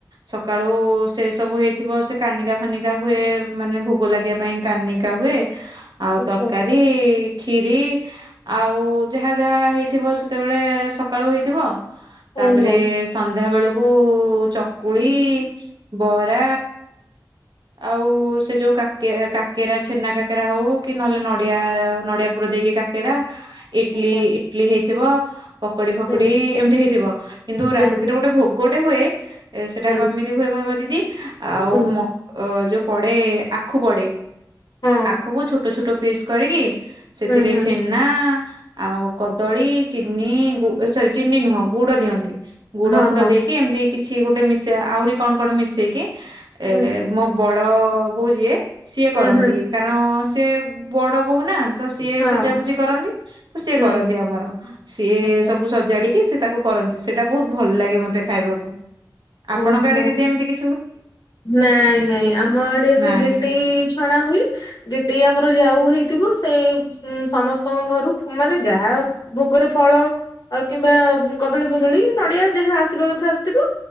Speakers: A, on the right (about 70°); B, on the left (about 65°).
A: ସକାଳୁ ସେ ସବୁ ହେଇଥିବ ସେ କାନିକା, ଫାନିକା ହୁଏ ମାନେ ଭୋଗ ଲାଗିବା ପାଇଁ କାନିକା ହୁଏ ଆଉ
B: ଆଚ୍ଛା
A: ତରକାରୀ ଖିରି ଆଉ ଯାହା, ଯାହା ହେଇଥିବ ସେତେବେଳେ ସକାଳୁ ହେଇଥିବ ତାପରେ
B: ହୁଁ ହୁଁ
A: ସନ୍ଧ୍ୟା ବେଳକୁ ଚକୁଳି ବରା ଆଉ ସେ ଯୋଉ କାକେ କାକେରା ଛେନା, କାକେରା ହଉ କି ନହେଲେ ନଡିଆ, ନଡିଆ ପୁର ଦେଇକି କାକେରା, ଇଟିଲି୍,
B: ଆଚ୍ଛା
A: ଇଟିଲି୍ ହେଇଥିବ ପକୋଡି଼, ଫକୋଡି଼
B: ହୁଁ
A: ଏମିତି ହେଇଥିବ। କିନ୍ତୁ ରାତିରେ
B: ହୁଁ
A: ଗୋଟେ ଭୋଗଟେ ହୁଏ। ସେଟା
B: ହୁଁ
A: କେମିତି ହୁଏ କହିବ ଦିଦି ଆଉ
B: ହୁଁ
A: ମ ଯୋଉ ପଡେ଼ ଆଖୁ ପଡ଼େ।
B: ହଁ
A: ଆଖୁ କୁ ଛୋଟ ଛୋଟ ପିସ୍ କରିକି ସେଥିରେ
B: ହୁଁ ହୁଁ
A: ଛେନା ଆଉ କଦଳୀ ଚିନି ଗୁ ସରି ଚିନି ନୁହଁ ଗୁଡ଼ ଦିଅନ୍ତି ଗୁଡ଼,
B: ହଁ
A: ଫୁଡ
B: ହଁ
A: ଦେଇକି ଏମିତି କିଛି ଗୋଟେ ମିସା ଆହୁରି କଣ କଣ ମିଶେଇକି ଏ
B: ହୁଁ
A: ମୋ ବଡ଼ ବୋଉ ଯିଏ ସିଏ
B: ହୁଁ
A: କରନ୍ତି।
B: ହୁଁ
A: କାରଣ ସିଏ ବଡ଼। ବୋହୂ ନା ତ ସିଏ
B: ହଁ
A: ପୂଜାପୂଜି କରନ୍ତି। ତ ସିଏ
B: ହୁଁ
A: କରନ୍ତି ଆମର ସିଏ
B: ଆଚ୍ଛା
A: ସବୁ ସଜାଡି଼କି ତାକୁ କରନ୍ତି, ସେଇଟା ବହୁତ ଭଲ ଲାଗେ ମତେ ଖାଇବାକୁ ଆପଣଙ୍କ
B: ଓହୋ
A: ଆଡେ ଦିଦି ଏମତି କି
B: ନାଇଁ, ନାଇଁ ଆମ ଆଡ଼େ
A: ନାଇଁ
B: ସେ ଗେଟେଇ ଛଣା ହୁଏ ଗେଟେଇ ଆମର ଯାଉ ହେଇଥିବ ସେ ସମସ୍ତଙ୍କ ଘରୁ ମାନେ ଯାହା ଭୋଗ ଭୋଗରେ ଫଳ କିମ୍ବା କଦଳୀ, ଫଦଳି, ନଡିଆ ଯାହା ଆସିବା କଥା ଆସିଥିବ